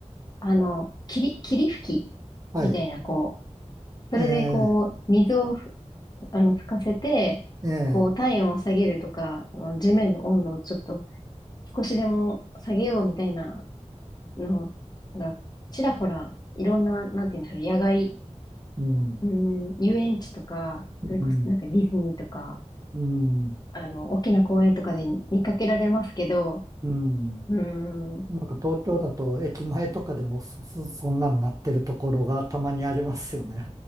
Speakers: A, on the left; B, on the right.
A: あの、霧、霧吹き
B: はい、
A: みたいな、こう、それでこう、
B: ええ
A: 水をあの、吹かせて、
B: ええ
A: こう、体温を下げるとか、あの地面の温度をちょっと少しでも下げようみたいなのが、ちらほら、いろんな、なんて言うんでしょう、野外、
B: うん、
A: うん、遊園地とか、それこそなんかディズニーとか、
B: うん、うん、
A: あの、大きな公園とかで見かけられますけど、
B: うん。
A: うん、
B: なんか東京だと駅前とかでもそ、そそんなんなってるところがたまにありますよね。